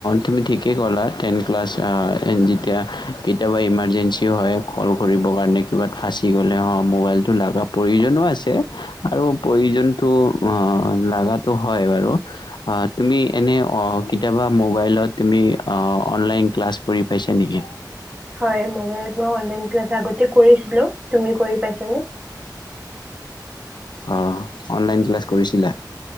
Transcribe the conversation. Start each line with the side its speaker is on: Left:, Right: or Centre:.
Left: তুমি ঠিকেই ক'লা, টেন ক্লাছ আ যেতিয়া কেতিয়াবা ইমাৰজেঞ্চি হয় কল কৰিবৰ কাৰণে, কিবাত ফাচি গ'লে অ' মোবাইলটো লাগা প্ৰয়োজনো আছে। আৰু প্ৰয়োজনটো লগাটো হয় বাৰু। আ তুমি এনে অ' কেতিয়াবা মোবাইলত তুমি অনলাইন ক্লাছ কৰি পাইছা নেকি?
Right: হয় মবাইলত মই অনলাইন ক্লাছ আগতে কৰিছিলো। তুমি কৰি পাইছা? চানে?
Left: অ' অনলাইন ক্লাছ কৰিছিলা?